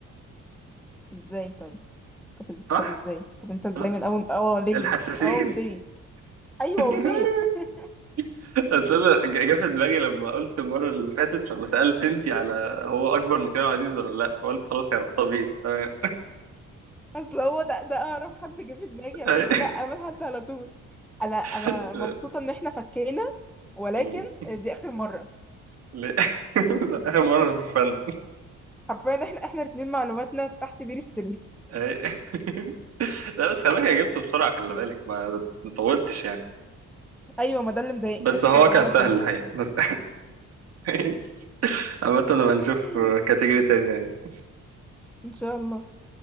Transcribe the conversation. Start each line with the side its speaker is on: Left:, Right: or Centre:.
Centre: ازاي طيب طب إز...
Right: صح
Centre: طب ازاي طب انت ازاي
Right: صح
Centre: من اول اه ليه
Right: الحشاشين
Centre: اه ليه ايوه
Right: <laughs>
Centre: وليه <laughs>
Right: اصل انا ج- جه في دماغي لما قلت المره اللي فاتت لما سالت انتي على هو اكبر من كريم عبد العزيز ولا لا فقلت خلاص يا رب طبيعي تمام
Centre: اصل هو ده ده اقرب حد جه في دماغي عشان
Right: أي-
Centre: كده اول حد على طول انا انا
Right: <laughs> لا
Centre: مبسوطة ان احنا فكينا ولكن
Right: م-
Centre: دي اخر مرة
Right: لا. <laughs> اخر مره في الفن
Centre: حرفيا احنا احنا الاتنين معلوماتنا تحت بير السلم
Right: أي. <laughs> لا بس خلي بالك أنا جبته بسرعه خلي بالك ما ما طولتش يعني
Centre: ايوه ما ده اللي مضايقني
Right: بس
Centre: عشان
Right: هو
Centre: كده مش
Right: كان
Centre: هلعبها
Right: سهل
Centre: تاني
Right: الحقيقه بس <laughs> عامة نبقى نشوف
Centre: <laughs>
Right: كاتيجوري تاني عادي
Centre: ان شاء الله